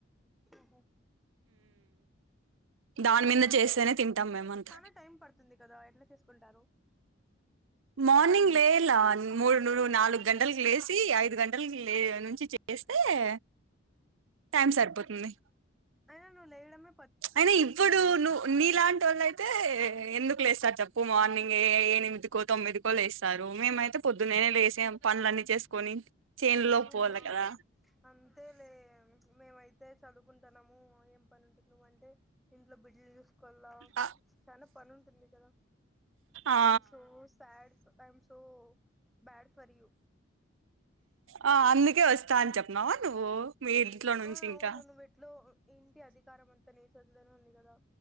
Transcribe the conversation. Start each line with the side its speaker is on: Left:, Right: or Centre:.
Centre: ఆహా
Right: దాని మీద
Centre: అయినా
Right: చేస్తేనే తింటాం మేము అంతా
Centre: చానా టైం పడుతుంది కదా ఎట్లా చేసుకుంటారు
Right: మార్నింగ్ లేలా మూడు ను నాలుగు గంటలకి లేసి ఐదు గంటలకి లే నుంచి చేస్త ఏ టైం సరిపోతుంది
Centre: అను లేడున్నావ్
Right: అయినా ఇప్పుడు నువవు నీలాంటి వాళ్ళు అయితే ఎందుకు లేస్తా చేప్ప మార్నింగ్ ఏ నిమి కో తొమ్మిది కో లే వస్తారు మేమైతే పొద్దున్నేనే లేసాం పనులన్నీ చేసుకొని చేన్లో
Centre: అవునా
Right: పోవాలి కదా
Centre: అంతే లే మేమైతే చదువుకుంటాన్నాముం పని ఉంటుందివ అంటే ఇంట్లో బిడ్డలను చూసుకోలా
Right: ఆ
Centre: చనా పని ఉంటుంది కదా
Right: ఆ
Centre: I'm so sad I am so bad for you
Right: ఆ అందుకే వస్తా అని చెప్పన్నావా నువ్వు మీ ఇంట్లో నుంచి
Centre: ఆ అవును
Right: ఇంకా
Centre: నువ్వెట్లాగో ఇంటి అధికారం అంతా నీ చేతుల్లోనే ఉంది కదా